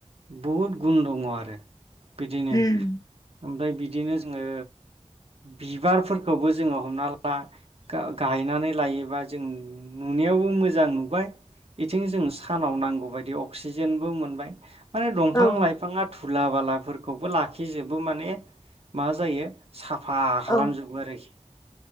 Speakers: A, on the right (about 55°); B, on the left (about 30°).
A: बुहुद गुन दङ आरो बिदिनो
B: उम
A: ओमफाय बिदिनो जोङो बिबारफोरखौबो जोङो हमना ला गा गायनानै लायोबा जों नुनायावबो मोजां नुबाय बेथिं जों सानाव नांगौबायायदि अक्सिजेनबो मोनबाय, माने दंफां
B: औ
A: लाइफाङा थु दुला बालाफोरखौबो लाखिजोबो माने मा जायो। साफा खालामजोबो
B: औ
A: आरोखि